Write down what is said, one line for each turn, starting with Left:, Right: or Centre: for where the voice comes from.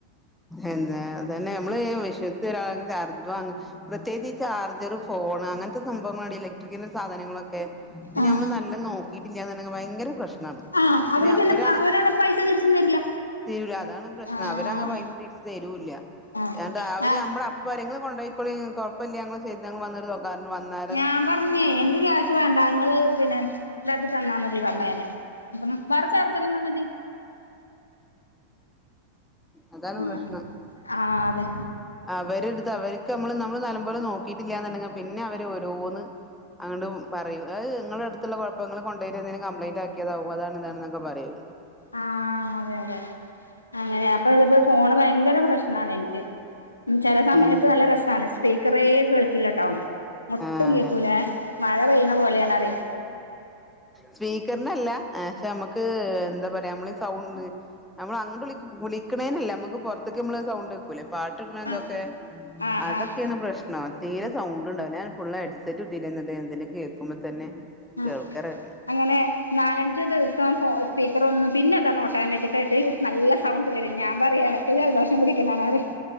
Centre: എന്താ അതനെ നമ്മള് വിശ്വ ഒരാളെ അർഥ പ്രത്യേകിച്ച് ചാർജർ ഫോണും അങ്ങനത്തെ സംഭവങ്ങള ഇലക്ട്രിക്ക സാധനങ്ങളൊക്കെ
Left: ആഹ്
Centre: നമ്മൾ നല്ല നോക്കിയിട്ടില്ല ഭയരങ്കര പ്രശ്നം
Left: ആഹ് അവര്
Centre: പിന്നെ അവരാണ്
Left: പൈസ തിരിച്ചും തരില്ല
Centre: തീരൂല അതാണ് പ്രശ്നം
Left: ആഹ്
Centre: അവര തിരിച്ചു തരൂല്ല
Left: ആഹ്
Centre: ന്നിട്ട് അവര്
Left: ആഹ്
Centre: നമ്മ ഇരങ്ങള് കൊ പോയിക്കോളി കുഴപ്പമില്ല ഞൾ ചെയ്ത് വന്ന പറഞ്ഞ വന്ന
Left: ഞാൻ പറഞ്ഞേ എനക്ക് വേണ്ട ങ്ങള് പിന്നെ ഇതാക്കി തന്നാൽ മതി പറഞ്ഞ നെ ഇപ്പം വേറെ ചേർത്ത തന്നാ മതി
Centre: അതാണ്
Left: ആഹ്
Centre: പ്രശ്നം
Left: ആഹ് അതെ
Centre: അവര്ടുത്ത് അവർക്ക് നമ്മള് നമ്മള് നല്ല പോലെ നോക്കിട്ടില്ലന്നുണ്ടെങ്ക പിന്നെ അവര് ഓരോന്ന് അങ്ങൊണ്ട് പറയും അത് നിങ്ങളുടെ അടുത്തുള്ള കുഴപ്പങ്ങങ്ങള് കൊണ്ടോയിടട്ട് എന്തെങ്കും കംപ്ലയിന്റ് ആക്കിയതാവ അതാണ് ഇതാണെന്നൊക്കെ പറയും ഓല്
Left: ആ അതെ അതെ അങ്ങനെ അപ്പൊ ഇതിപ്പോ ഫോണ് ഭയങ്കര പ്രശ്നണ ഇൻക്ക് ഉം ചില സമയത്ത്
Centre: ഉം
Left: നല്ല രസണ് സ്പീക്കറെ കേളിക്കില്ലട്ടോ ഒട്ടും
Centre: ആഹ്
Left: കേക്കൂലേ മഴ പെയ്യണ പോലെയണറിം
Centre: സ്പീക്കർണല്ല ക്ഷെ നമ്മക്ക് എന്താ പറയാ നമ്മള സൗണ്ട് നമ്മൾ അങ്ങട്ട് വിളിക്കണേനല്ലേ നമ്മുക്ക് പുറത്തേക്ക നമ്മള് സൗണ്ടേക്കൂലെ പാട്ട്
Left: ആഹ്
Centre: തൊക്കെ
Left: ആഹ്
Centre: അതൊക്കെണ്
Left: ആഹ്
Centre: പ്രശ്നം തീരെ സൗ ണ്ടാവില്ല ഞൻഫുള്ള ഹെഡ്സെറ്റ് കുത്തീട്ട എന്തിനല കേൾക്കുമ്പോ തന്നെ
Left: ആഹ്
Centre: കേൾക്കലെന്നെ
Left: അങ്ങനെ നാലഞ്ച ദിവസം ഫോ സ്പീക്കർ ഒന്നും പിന്നെ അതാണ് ഓട്ടോമാറ്റിക്കയിട്ട് നല്ല സൗണ്ട് വരും ഞാൻ പറയാ ഇടക്ക് ജലദോഷം പിടിക്കണണറിയ